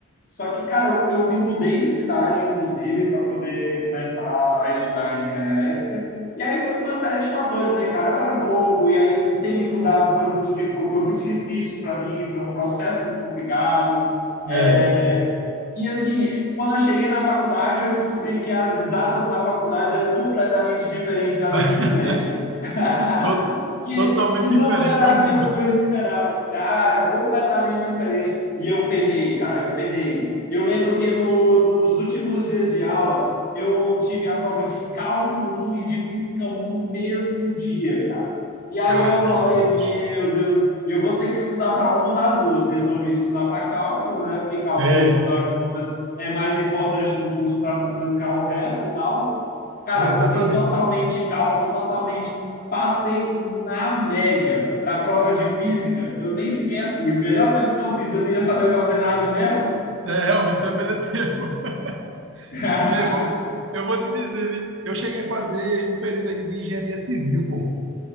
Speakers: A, on the left; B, on the right.
A: Só que, cara, eu, eu me mudei de cidade, inclusive, para poder começar a estudar engenharia elétrica. E aí foi uma série de fatores, né, cara? Eu era novo, e aí ter me mudado foi muito, foi muito difícil para mim, foi um processo muito complicado.
B: é
A: É,
B: verdade.
A: e assim, quando eu cheguei na faculdade, eu descobri que as exatas da faculdade era completamente diferente da do
B: <laughs>
A: ensino médio. <laughs>
B: To-
A: que,
B: Totalmente
A: que não
B: diferente,
A: era
B: é
A: aquilo
B: um monstro.
A: que eu esperava. Cara, completamente diferente. E eu penei, cara, eu penei. Eu lembro que no, num dos últimos dias de aula, eu tive a prova de cálculo um e de física um no mesmo dia, cara. E aí
B: Caramba,
A: eu falei,
B: bicho.
A: meu Deus, eu vou ter que estudar para uma das duas. Resolvi estudar para cálculo, né? Porque cálculo,
B: É,
A: no final de contas, é mais importante no curso para não trancar o resto e tal. Cara,
B: exatamente.
A: foquei totalmente em cálculo, totalmente. Passei na média para a prova de física. Eu nem sequer fui. Melhor coisa que eu fiz, eu não ia saber fazer nada mesmo.
B: É, realmente, você vai perder tempo.
A: <laughs>
B: <laughs> Meu irmão, eu vou te dizer, viu? Eu cheguei a fazer um período ainda de engenharia civil, pô.